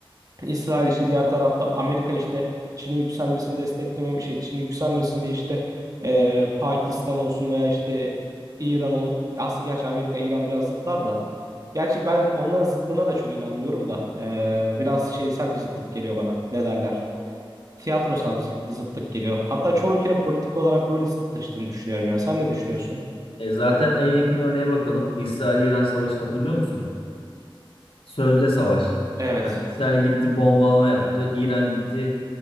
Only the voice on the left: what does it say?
E zaten en yakın örneğe bakalım. İsrail-İran savaşını hatırlıyor musun? Sözde savaş.
Hani İsrail gitti bombalama yaptı. İran gitti